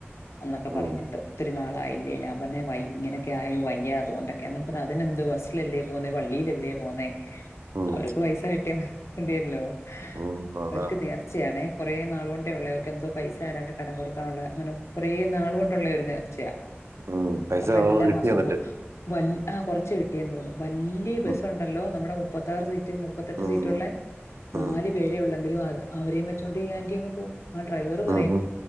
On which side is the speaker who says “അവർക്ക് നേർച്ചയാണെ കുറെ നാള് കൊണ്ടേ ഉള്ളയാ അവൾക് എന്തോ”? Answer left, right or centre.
Left